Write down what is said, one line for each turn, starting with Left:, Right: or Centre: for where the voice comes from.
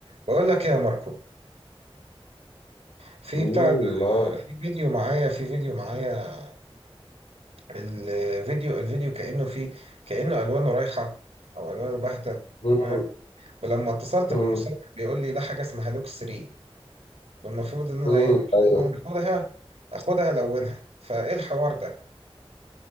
Right: بقول لك إيه يا ماركو في
Left: امم
Right: بتاع ده،
Left: آه.
Right: في فيديو معايا في فيديو معايا الفيديو الفيديو كأنه فيه كأنه ألوانه رايحة أو ألوانه باهتة
Left: امم
Right: تمام ولما اتصلت
Left: امم
Right: بالمصور بيقول لي ده حاجة اسمها لوكس 3 والمفروض إن أنا
Left: امم
Right: إيه المفروض
Left: ايوه
Right: إن أنا آخدها آخدها ألونها فإيه الحوار ده